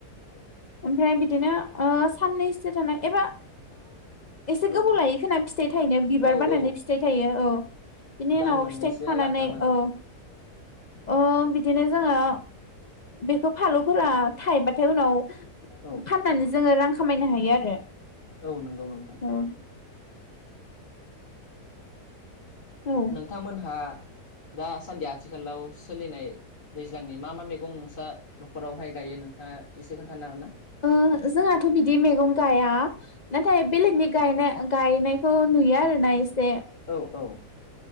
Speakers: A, on the left (about 35°); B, on the left (about 50°).
A: औ
B: ओमफ्राय बिदिनो साननैसो थि एबा एसे
A: औ
B: गोबाव लायो खोना फिथाइ थायनो। बिबार
A: औ
B: बारनानै
A: औ
B: फिथाइ थायो औ बिनि
A: दान
B: उनाव
A: मोननैसोआ
B: फिथाइखौ खानानै
A: लाफ्रामो
B: औ औ बिदिनो जोङो बेखौ फालौफोरा थायोबाथाय उनाव
A: औ
B: फाननानै जोङो रां खामायनो हायो आरो
A: औ नंगौ नोंथां
B: औ औ
A: नोंथांमोनहा दासान्दि आथिखालाव सोलिनाय दैज्लांनि मा मा मैगं नोंस्रा न'खरावहाय गायो नों था एसे खोनथानो हागोन ना।
B: ओ जोंहाथ' बिदि मैगं गया नाथाय बेलेगनि गायनाय गायनायखौ नुयो आरोना। एसे
A: औ औ